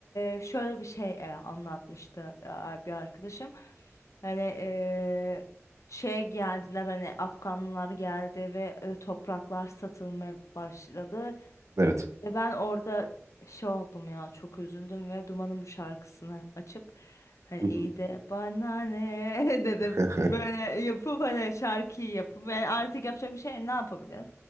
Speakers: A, on the left (about 75°); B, on the right (about 70°).
A: e, şöyle bir şey e, anlatmıştı e, bir arkadaşım. Hani e, şey geldiler hani Afganlılar geldi ve e, topraklar satılmaya başladı.
B: Evet.
A: Ve ben orada şey oldum ya çok üzüldüm ve Duman'ın bu şarkısını açıp hani
B: Hı
A: iyi de bana ne <laughs> dedim.
B: hı.
A: Böyle yapıp hani şarkıyı yapıp ve artık yapacak bir şey ne yapabilirim?